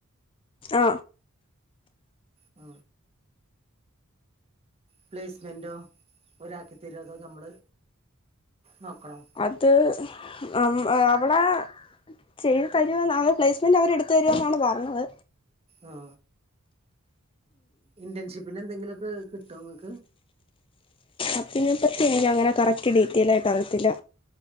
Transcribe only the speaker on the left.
ആ
അത് <unintelligible> അവിടെ ചെയ്തു തരും അവർ പ്ലേസ്മെന്റ് അവര് എടുത്ത് തരുമെന്നാണ് പറഞ്ഞത്
അപ്പ <unintelligible> നെപ്പറ്റി എനി അങ്ങനെ കറക്റ്റ് ഡീറ്റെയിൽ ആയിട്ട് അറിയത്തില്ല